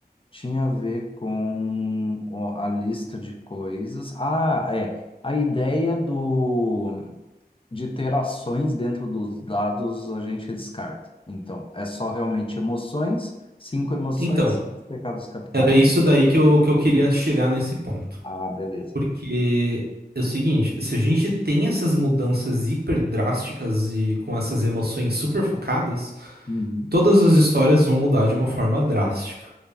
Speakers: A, on the left; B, on the right.
A: tinha a ver com o- a lista de coisas. Ah, é. A ideia do, de ter ações dentro dos dados a gente descarta. Então, é só realmente emoções, cinco emoções,
B: então,
A: sete pecados capitais.
B: era isso daí que eu, que eu queria chegar nesse ponto.
A: Ah, beleza.
B: Porque é o seguinte, se a gente tem essas mudanças hiper drásticas e com essas emoções super focadas,
A: Uhum.
B: todas as histórias vão mudar de uma forma drástica.